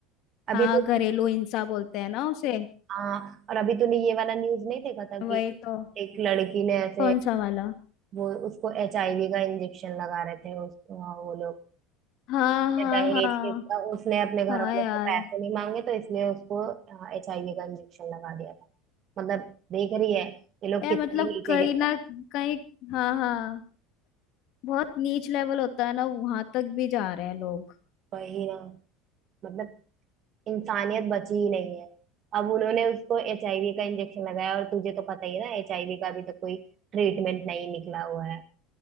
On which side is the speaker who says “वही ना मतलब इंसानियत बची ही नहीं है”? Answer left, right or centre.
Right